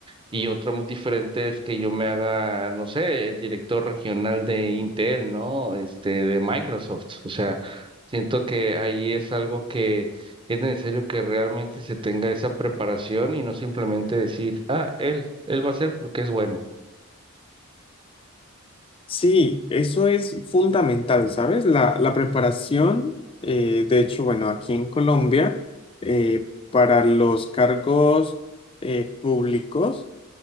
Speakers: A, on the right; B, on the left.
A: Y otra muy diferente es que yo me haga, no sé, el director regional de Intel, ¿no? Este, de Microsoft. O sea, siento que ahí es algo que es necesario que realmente se tenga esa preparación y no simplemente decir, ah, él, él va a ser porque es bueno.
B: Sí, eso es fundamental, ¿sabes? La, la preparación, eh, de hecho, bueno, aquí en Colombia, eh, para los cargos eh, públicos,